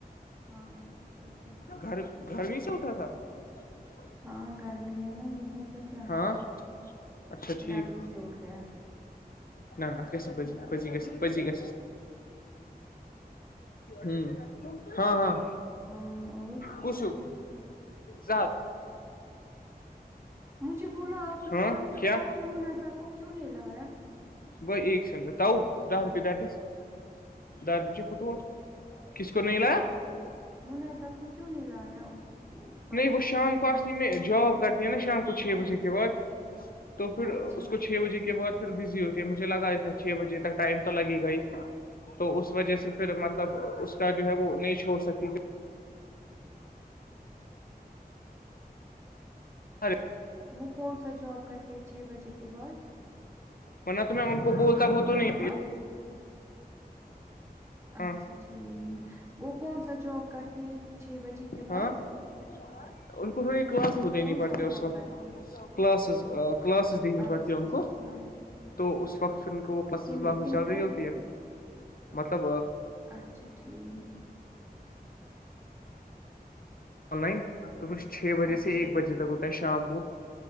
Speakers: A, on the right; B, on the left.
A: ہاں واپس ہو گیا
B: گھر گھر میں سے اٹھا تھا <unintelligible>
A: ہاں گرمی ہے نا ا میں تو کیا
B: ہاں اچھا ٹھیک
A: گرمی سے اٹھ گیا
B: نہ ن اس گ ن پزی پزی گ پزی گی ہ ہاں ہاں
A: ہاں اور
B: پوچو جات
A: مجھے بولا آپ لوگوں
B: ہاں
A: نے پھر
B: کیٛاہ
A: پارسو منازع کو کیوں نہیں لایا
B: بھ ایک سنتاؤ دہ روپ د دیس دار پنچ فٹوٹ کس کو نہیںلا
A: منازہ کو کیوں نہیں لایا اس پرسوں
B: نہیں وہ شام کو اصلی میں جاب کرتی ہے نا شام کو چھ بجے کے بعد تو پھر
A: اچھا
B: اس کو چھ بجے کے بعد پھر بزی ہوتی ہے مجھے لگا ایس چھ بجے تک ٹائم تو لگے گ ہی تو اس وجہ سے پھر مطلب اس کا جو ہے وہ نہیں چھوڑ سکی گ ا
A: وہ کون سا جاب کرتے ہیں چھ بجے کے بعد
B: منا تو میں ان کو بولتا وہ تو نہیں
A: ہاں <unintelligible>
B: ہاں
A: اچھا ٹھیک وہ کون سا جاب کرتی ہے چھ بجے کے
B: ہاں
A: بعد
B: <inaudible> ان کو تھوڑی کلاسز دینی
A: کون
B: پڑتی
A: سا جاب
B: اس وقت
A: کرتی ہے
B: کلاسز کلاسز دینی
A: اچھا
B: پڑتی ہے ان
A: اچھا
B: کو
A: ٹھیک
B: تو اس وقت پھر ان کو وہ کلاسز
A: کن
B: ولاز
A: کن
B: چل رہی
A: کو
B: ہوتی ہے سب
A: اچھا ٹھیک
B: آن لائن تو پھر چھ بجے
A: اچھا
B: سے ایک بجے تک ہوتا ہے شام کو